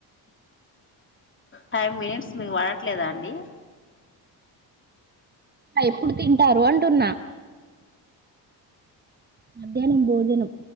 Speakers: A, on the left (about 25°); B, on the right (about 25°).
A: ఫైవ్ మినిట్స్ మీకు పడట్లేదా అండి
B: ఎప్పుడు తింటారు అంటున్నా మధ్యాహ్నం భోజనం